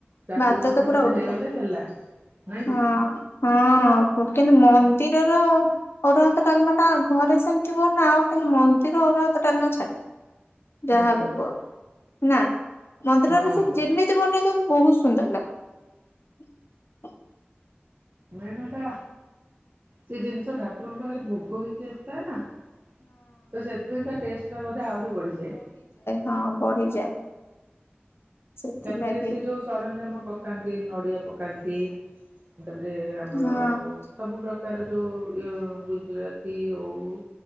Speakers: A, on the right (about 45°); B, on the left (about 75°).
A: କାକୁଡି
B: ଭାତ
A: ଖଣ୍ଡେ
B: ତ ପୁରା
A: ଖଣ୍ଡେ
B: ଉଡିବ।
A: ହେଇଗଲେ ହେଲା। ନାଇଁ କି
B: ହଁ ହଁ କିନ୍ତୁ ମ ମନ୍ଦିରର ଅରୁଆ ଭାତ ଡାଲମା ଟା ଘରେ ସେମିତି ବନାଅ କିନ୍ତୁ ମନ୍ଦିର ଅରୁଆ ଭାତ ଡାଲମା ଛାଡିବ। ଯାହାବି
A: ହୁଁ
B: କୁହ ନା ମନ୍ଦିର
A: ହଁ
B: ରେ ସେ ଯେମିତି ବନେଇଥାନ୍ତୁ ବହୁତ ସୁନ୍ଦର ଲାଗ
A: ମେନ୍ ହେଟା ସେ ଜିନିଷ ଠାକୁରଙ୍କ ପାଖରେ ଭୋଗ ହେଇକି ଆସଥାଏ ନା। ତ ସେଥିପାଇଁ ତା ଟେଷ୍ଟ ଟା ବୋଧେ ଆହୁରି ବଢିଯାଏ।
B: ହଁ ବଢିଯାଏ ସେଥିଲାଗି
A: ତାପରେ ସେ ଯୋଉ ସରଞ୍ଜାମ ପକାନ୍ତି ନଡିଆ ପକାନ୍ତି ତା ପରେ ଆମର
B: ହଁ
A: ସବୁ ପ୍ରକାର ଯୋଉ ଇ ଗୁଜୁରାତି ହଉ